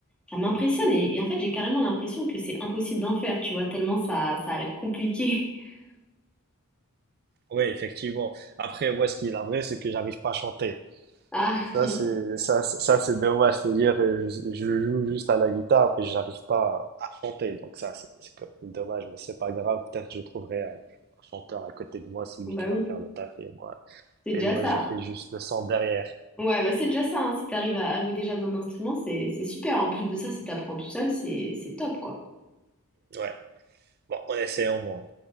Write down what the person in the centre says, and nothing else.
Ça m'impressionne et, et en fait j'ai carrément l'impression que c'est impossible d'en faire, tu vois, tellement ça, ça a l'air compliqué. <laughs>
Ah,
<laughs>
bah
oui,
c'est déjà
ça.
Ouais, bah c'est déjà ça, hein, si t'arrives à, à jouer déjà d'un instrument, c'est c'est super. En plus de ça, si t'apprends tout seul, c'est c'est top, quoi.